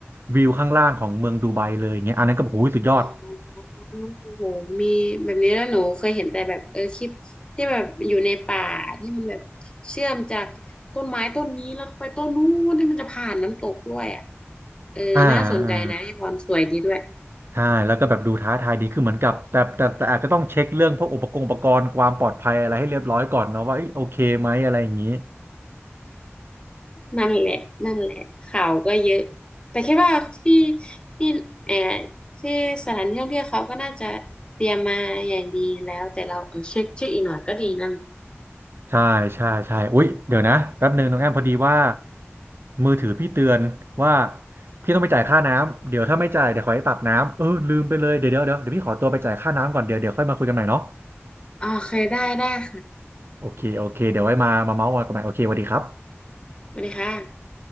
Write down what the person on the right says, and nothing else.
วิวข้างล่างของเมืองดูไบเลยเงี้ยอันนั้นก็โอ้โหสุดยอด
อ่าอ่า ใช่แล้วก็แบบดูท้าทายดีคือเหมือนกับแต่แต่แต่อาจจะต้องเช็คเรื่องพวกอุปกรณ์อุปกรณ์ความปลอดภัยอะไรให้เรียบร้อยก่อนเนาะว่าเอ้ยโอเคไหมอะไรอย่างนี้
<laughs> ใช่ใช่ใช่อุ๊ยเดี๋ยวนะแป๊บหนึ่งน้องแอมพอดีว่ามือถือพี่เตือนว่าพี่ต้องไปจ่ายค่าน้ำเดี๋ยวถ้าไม่จ่ายเดี๋ยวขอให้ตัดน้ำเออลืมไปเลยเดี๋ยวเดี๋ยวเดี๋ยวเดี๋ยวพี่ขอตัวไปจ่ายค่าน้ำก่อนเดี๋ยวเดี๋ยวค่อยมาคุยกันใหม่เนาะ
โอเคโอเคเดี๋ยวไว้มามาเมาส์กันใหม่โอเคสวัสดีครับ